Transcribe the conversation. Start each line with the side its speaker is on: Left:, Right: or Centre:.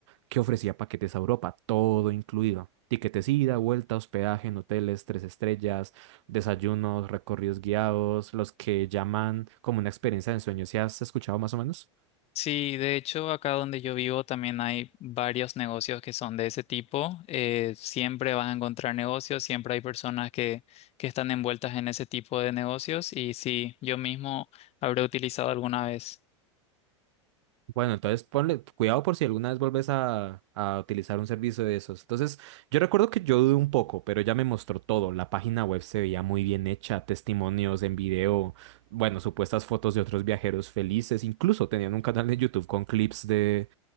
Right: que ofrecía paquetes a Europa, todo incluido. Tiquetes ida, vuelta, hospedaje en hoteles, tres estrellas, desayunos, recorridos guiados, los que llaman como una experiencia de ensueño. ¿Si has escuchado más o menos?
Left: Sí, de hecho, acá donde yo vivo también hay varios negocios que son de ese tipo. Eh, siempre vas a encontrar negocios, siempre hay personas que, que están envueltas en ese tipo de negocios y sí, yo mismo habré utilizado alguna vez.
Right: Bueno, entonces ponle cuidado por si alguna vez vuelves a, a utilizar un servicio de esos. Entonces, yo recuerdo que yo dudé un poco, pero ella me mostró todo. La página web se veía muy bien hecha, testimonios en video, bueno, supuestas fotos de otros viajeros felices, incluso tenían un canal de YouTube con clips de,